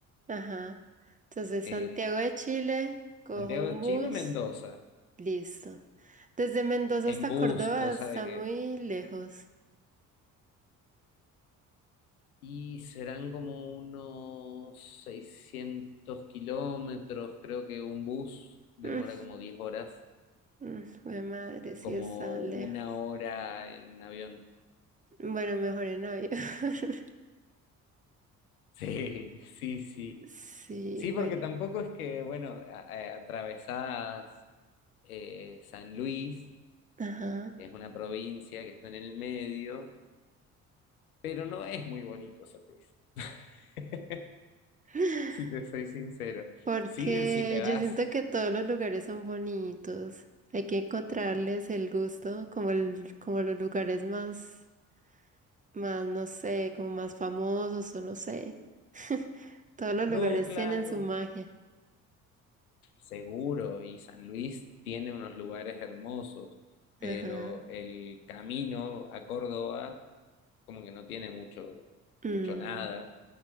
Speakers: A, on the right; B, on the left.
A: ajá. Entonces,
B: Eh,
A: Santiago de Chile, cojo
B: Santiago
A: un
B: de
A: bus,
B: Chile, Mendoza,
A: listo. Desde Mendoza
B: en
A: hasta
B: bus,
A: Córdoba
B: cosa
A: está
B: de que...
A: muy lejos.
B: Y serán como unos 600 kilómetros, creo que un bus demora
A: Mm,
B: como 10 horas,
A: mm, jue madre, sí
B: como
A: está lejos.
B: una hora en avión. <laughs>
A: Bueno, mejor en avión. <laughs>
B: Sí, sí, sí.
A: Sí,
B: Sí,
A: bueno.
B: porque tampoco es que, bueno, a- a- atravesás eh, San Luis,
A: Ajá.
B: que es una provincia que está en el medio, pero no es muy bonito San Luis, <laughs>
A: <laughs>
B: si te soy sincero.
A: Porque
B: Sí, si te vas,
A: yo siento que todos los lugares son bonitos. Hay que encontrarles el gusto, como el, como los lugares más, más, no sé, como más famosos o no sé. <laughs> Todos los lugares
B: no, claro,
A: tienen su magia.
B: seguro, y San Luis tiene unos lugares hermosos,
A: Ajá.
B: pero el camino a Córdoba como que no tiene mucho,
A: Mm.
B: mucho nada,